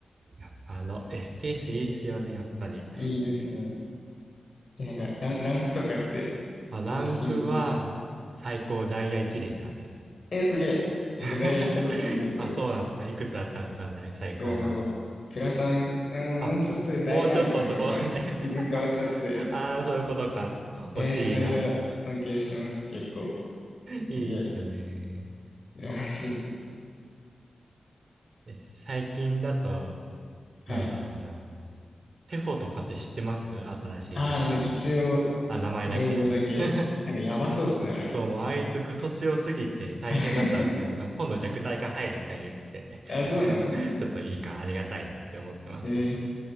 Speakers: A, on the right; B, on the left.
A: やっぱあの、FPS いいっすよね、やっぱり。
B: いいですね。え、なんかラン、ランクとかって
A: あ、ランクは最高ダイヤ1でしたね。
B: お聞きできます。えー、すげえ。
A: <laughs>
B: 僕、ダイヤ行ったことないんですよ。
A: あ、そうなんですか。いくつだったんですか、大最高は。
B: 僕、あの、プラさん、あもうもうちょっとでダイヤみたいなとこで、
A: あ、もうちょっとのところね。
B: シーズン変わっちゃって、
A: <laughs> ああ、そういうことか。
B: えー、
A: 惜しいな。
B: ちょ、ダイヤ尊敬してます、結構。すげえ、
A: いいっすね。
B: 羨ましい。
A: え最近だと、
B: はい。
A: なんだろうな。テフォとかって知ってます新しいキャラ。
B: ああ、な、一応、
A: あ、名前だけ。
B: 情報だけ。
A: <laughs>
B: なんか、やばそうっすね、あれ。
A: そう、もうあいつクソ強すぎて大変だったんですけど、
B: <laughs>
A: なんか今度弱体化入るみたいに言ってて
B: あ、
A: <laughs>
B: そうなんですね。
A: ちょっといいか、ありがたいなって思ってますね。
B: えー、